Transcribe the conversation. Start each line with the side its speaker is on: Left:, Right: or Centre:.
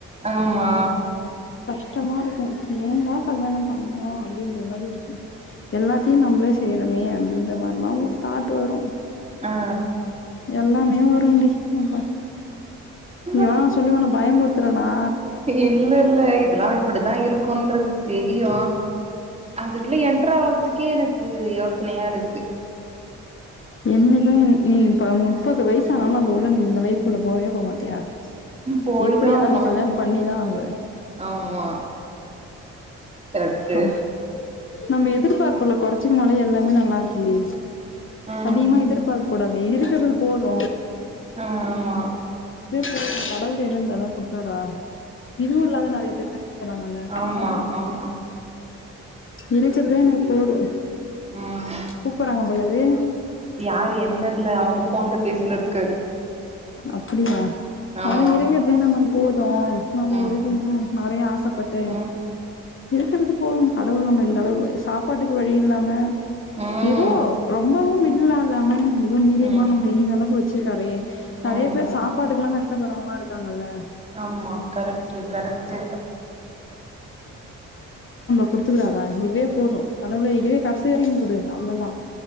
Right: ஆமா
Left: கஷ்டமா இருக்கு ஏண்டா கல்யாணம் பண்ணோ அப்டின்ற மாரி இருக்கு எல்லாத்தையு நம்மளே செய்றமே அப்டின்ற மாரிலா ஒரு தாட் வரு
Right: ஆ
Left: எல்லாமே ஒர் இன்னிக் <unintelligible> எதா
Right: ஆ
Left: ஒன்ன சொல்லி உன்ன பயமுறு த்தறனா?
Right: இல்ல இல்ல இதெல்லா இப்பிடித்தா இரு க்குன்றது தெரியு அதுக்குள்ள என்டர் ஆவுறதுக்கே எனக்கு யோசனையா இருக்கு
Left: என்னுது நீ இப்ப நுப்பது வயசானாலு அது உள்ள நீ அந்த லைஃப்க்குள்ள போகவே போமாட்டியா
Right: போய்தா
Left: எப்பிடியானாலு
Right: ஆவணு
Left: நீ கல்யாணோ பண்ணிதா ஆகுவ.
Right: ஆமா கரெக்ட்டு
Left: அ நம்ம எதிர்பார்ப்புகள கொறைச்சுக்குனாலே எல்லாமே நல்லா இருக்குன்டி
Right: ம்
Left: அதிகமா எதிர்பாக்க கூடாது அது இருக்கிறது போது
Right: ஆமா
Left: <inaudible> கடவுள் எதோ இந்தளவுக்கு குடுத்தாரா இதுவு இல்லாத நெறைய பேரு கஷ் டப்படறாங்கல்ல
Right: ஆமா
Left: நால்லா
Right: ஆமா
Left: இருக்கிறதே எனக்கு போதும்
Right: ம்
Left: கூப்பிடுறாங்க போலவே
Right: யாரு என்னன் இல்ல அவங்க ஃபோன்ல பேசினு இருக்காரு.
Left: அப்பிடியா
Right: ஆமா
Left: ஆ இருங்க <unintelligible> க்கோ நம்ம
Right: ம்
Left: எதுக்கு இன்னு நெறைய ஆசப்பட்டு
Right: ம்
Left: இருக்கறது போது கடவுள் நம்ம இந்த அளவுக்கு சாப்பாட்டுக்கு வழி இல்லாம
Right: ம்
Left: எதோ ரொம்பவுமே இல்லா இல்லாம ஏதோ மீடியமா
Right: ம்
Left: நம்மள இந்த அளவுக்கு வச்சிருக்காரே நெறைய
Right: ம்
Left: பேர் சாப்பாட்டுக்கு எல்லாம் கஷ்டப்படுறவங்கல்லா இருக்காங்கல்ல
Right: ஆமா கரெக்ட்டு கரெக்ட்டு
Left: கொடுத்துருக்குறாங்க இதுவே போதும் கடவுளே இதுவே கடைசி வரையும் குடு அவ்ளோதான்